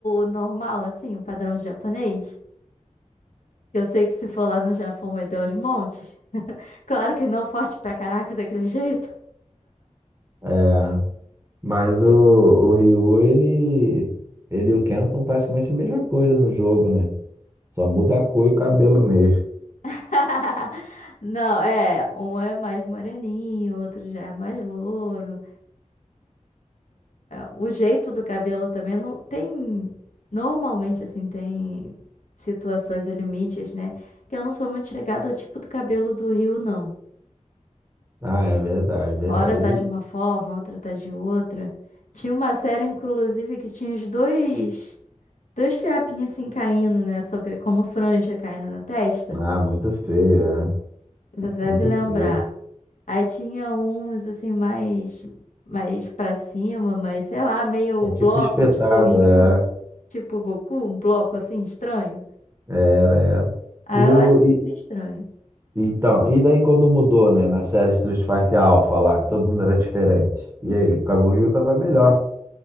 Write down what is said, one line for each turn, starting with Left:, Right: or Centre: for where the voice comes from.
Left: normal, assim, o padrão japonês. Eu sei que se for lá no Japão vai ter os montes. Claro que não forte pra caraca daquele jeito.
Right: É, é. Mas o, o Ryu, ele, ele e o Ken são praticamente a mesma coisa no jogo, né? Só muda a cor e o cabelo mesmo.
Left: <laughs> Não, é, um é mais moreninho, outro já é mais louro. O jeito do cabelo também não tem. Normalmente, assim, tem situações e limites, né? Que eu não sou muito chegada ao tipo do cabelo do Rio, não.
Right: Ah, é verdade, verdade.
Left: Hora tá de uma forma, outra tá de outra. Tinha uma série, inclusive, que tinha os dois, dois fiapinhos assim caindo, né? Sobre, como franja caindo na testa.
Right: Ah, muito feio, é.
Left: Você deve
Right: Muito
Left: lembrar.
Right: feio.
Left: Aí tinha uns assim mais mais para cima, mas sei lá, meio
Right: É tipo
Left: bloco,
Right: espetado,
Left: tipo Ryu,
Right: é.
Left: tipo Goku, um bloco assim estranho.
Right: Era, era.
Left: Aí
Right: E
Left: eu
Right: o.
Left: acho
Right: E,
Left: meio estranho.
Right: então, e daí quando mudou, né? Na série Street Fighter Alpha lá, que todo mundo era diferente. E aí, o cabelo Rio tava melhor.